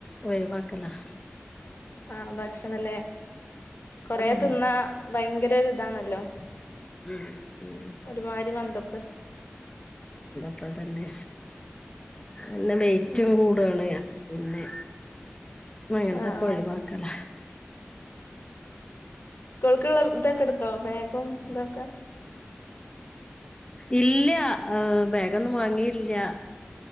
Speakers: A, on the left; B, on the left.
A: ഒഴിവാക്കലാ
B: ആ ഭക്ഷണല്ലേ കൊറേ
A: ഉം
B: തിന്ന ഭയങ്കര ഇതാണല്ലോ
A: ഉം ഉം
B: ഒരുമാരി മന്തപ്പ്
A: പ്പതന്നെ അന്ന മൈറ്റും
B: ഉം
A: കൂടുണ് പിന്നെ <unintelligible>
B: ആഹ്
A: തക്ക
B: ആഹ്
A: ഒഴിവാക്കല
B: കോൾക്കുള്ള ഇതൊക്കടുത്തോ ബഗും ഇതൊക്കെ
A: ഇല്ല ബാഗൊന്നും വാങ്ങിയില്ല.